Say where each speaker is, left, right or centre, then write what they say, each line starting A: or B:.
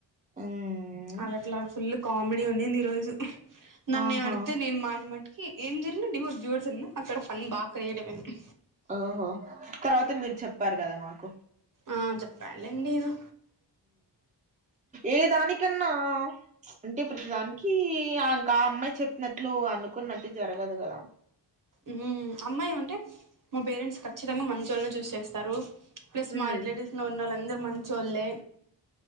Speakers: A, on the right; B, on the right.
A: ఉమ్
B: అదట్లా ఫుల్ కామెడీ ఉనింది ఈ రోజు నన్నేమడిగ్తే
A: ఆహా
B: నేను మాటి మాటి ఏం జరిగిన డివోర్స్ డివోర్స్ నా ఇగ అక్కడ ఫన్నీబాగ క్రియేట్ అయిపోయింది
A: ఆహా తర్వాత మీరు చెప్పారు కదా మాకు
B: ఆ చెప్పానులేండి ఏదో
A: ఏ దానికన్నా అంటే ప్రతి దాని కీ ఆ క అమ్మాయి చెప్పినట్లు అనుకున్నట్టు జరగదు గదా
B: ఉమ్ అమ్మాయి ఏమంటే మా పేరెంట్స్ ఖచ్చితంగా మంచోళ్ళని చూసి చేస్తారు ప్లస్
A: ఉమ్
B: మా రిలేటివ్స్ లో ఉన్నోళ్ళందరు మంచోళ్ళే